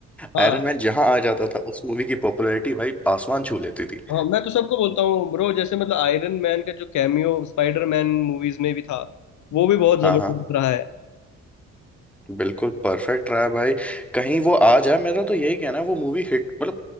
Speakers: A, on the left; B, in the centre.
A: हाँ
B: आयरन मैन जहां आ जाता था उस मूवी की पॉपुलैरिटी भाई आसमान छू लेती थी
A: हाँ मैं तो सबको बोलता हूँ ब्रो जैसे मतलब आयरन मैन का जो कैमियो स्पाइडर मैन मूवीज में भी था वो भी बहुत जबरदस्त
B: हाँ हाँ
A: रहा है
B: बिल्कुल परफेक्ट रहा है भाई कहीं वो आ जाए मेरा तो यही कहना है वो मूवी हिट मतलब